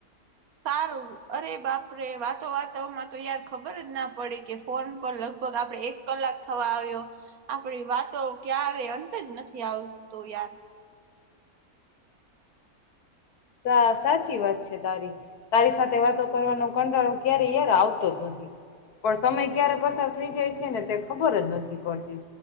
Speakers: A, on the right; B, on the left.
A: સારું અરે બાપરે વાતો વાતોમાં તો યાર ખબર જ ના પડે કે ફોન પર લગભગ આપડણે એક કલાક થવા આવ્યો આપડી વાતો ક્યારે અંત જ નથી આવતું યાર
B: હા સાચી વાત છે તારી તારી સાથે વાતો કરવાનો કંટાળો ક્યારે યાર આવતો જ નથી પણ સમય ક્યારે પસાર થઈ જાય છે ને તે ખબર જ નથી પડતી